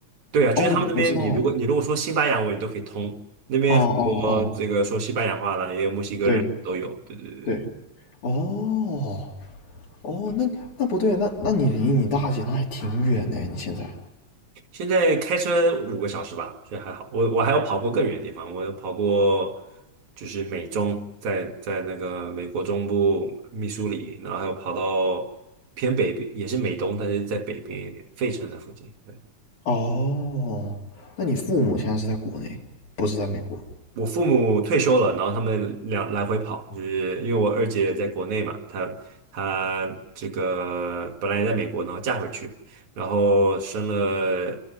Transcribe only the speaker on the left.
哦，
我不知道哎。
哦哦哦，
对
对，哦，哦，那那不对，那那你离你大姐那还挺远呢，你现在。
哦，那你父母现在是在国内，不是在美国，